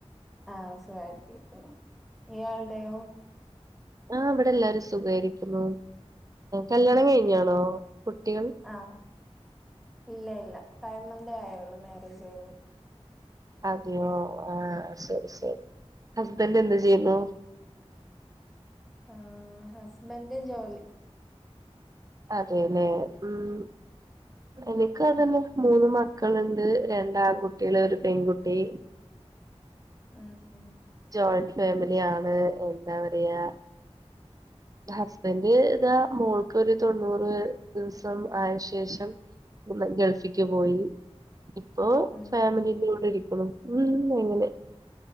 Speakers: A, in the centre; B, on the right (about 35°).
A: ആഹ സുഖായിട്ടിരിക്കുന്നു ഇയാളുടെയോ
B: ആഹ ഇവിടെ എല്ലാരും സുഖമായിരിക്കുന്നു കല്യാണം
A: ഉം
B: കഴിഞ്ഞാണോ കുട്ടികൾ
A: ആഹ് ഇല്ല ഇല്ല ഫൈവ് മന്ത് ആയുള്ളൂ മാരേജ് കഴിഞ്ഞിട്ട്
B: അതയോ ആഹ ശരി ശരി ഹസ്ബൻഡ് എന്ത് ചെയ്യുന്നോ
A: ആഹ ഹസ്ബൻഡന്റെ ജോലി
B: അതെല്ലെ ഉം എനിക്ക് അതന്നെ മൂന്ന് മക്കളുണ്ട് രണ്ട് ആൺകുട്ടികള് ഒരു പെൺകുട്ടി
A: ഉം ഉം
B: ജോയിന്റ് ഫാമിലി ആാണ് എന്താ പറയാ ഹസ്ബൻഡ് ഇതാ മോൾക്ക് ഒരു തൊണ്ണൂറ് ദിവസം ആയ ശേഷം ഗൾഫിക്ക് പോയി ഇപ്പൊ
A: ഉം
B: ഫാമിലിൻകൂടെ ഇരിക്കണു ഉ എങ്ങനെ